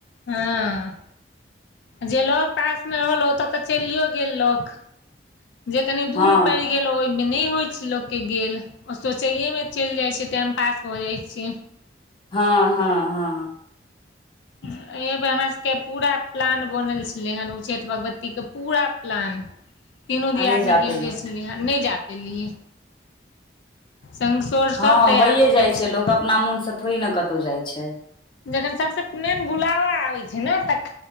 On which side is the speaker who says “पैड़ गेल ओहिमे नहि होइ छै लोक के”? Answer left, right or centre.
Left